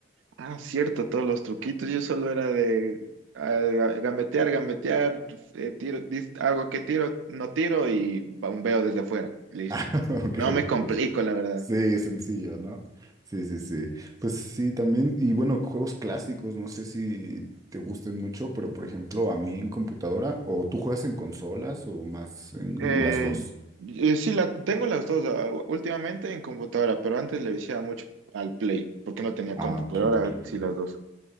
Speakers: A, on the right; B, on the right.
A: Ah, cierto, todos los truquitos. Yo solo era de ah, ga- gambetear, gambetear, pues, eh, tiro, dis- hago que tiro, no tiro y bombeo desde afuera. Listo.
B: <laughs> Ok,
A: No me
B: ok.
A: complico,
B: Sí,
A: la verdad.
B: Sí, sencillo, ¿no? Sí, sí, sí. Pues sí, también, y bueno, juegos clásicos, no sé si te gusten mucho, pero por ejemplo, a mí en computadora, o tú juegas en consolas o más en
A: Eh,
B: las dos.
A: y sí, la, tengo las dos, ah, últimamente en computadora, pero antes le viciaba mucho al Play, porque no tenía
B: Ah,
A: compu,
B: ok,
A: pero ahora
B: ok, ok.
A: sí las dos.